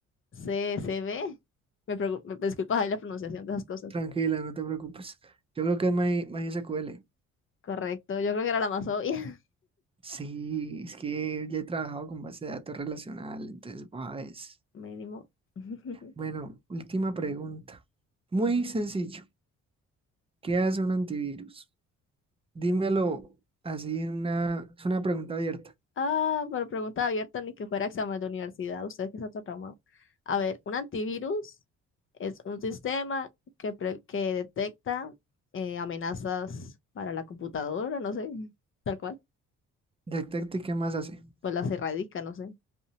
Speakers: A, on the left; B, on the right.
A: C S V Me, preocu- me disculpas ahí la pronunciación de esas cosas.
B: Tranquila, no te preocupes. Yo creo que es My- MySQL.
A: Correcto. Yo creo que era la más obvia.
B: Sí, es que ya he trabajado con base de datos relacional, entonces, va, ves.
A: <laughs> Mínimo. <laughs>
B: Bueno, última pregunta. Muy sencillo. ¿Qué hace un antivirus? Dímelo así en una... Es una pregunta abierta.
A: Ah, pero pregunta abierta, ni que fuera examen de universidad. Usted que está todo traumado. A ver, un antivirus es un sistema que, pre- que detecta eh, amenazas para la computadora, no sé, tal cual.
B: Detecte qué más hace.
A: Pues las erradica, no sé.